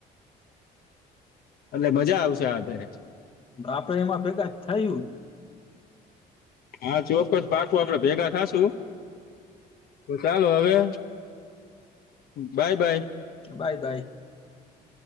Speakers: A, on the left; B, on the left.
A: એટલે મજા આવશે આ ફેરે.
B: આપડે એમાં ભેગા થયું.
A: હા, ચોક્કસ પાકું આપડે ભેગા થાશું. ચાલો હવે. Bye bye.
B: Bye by.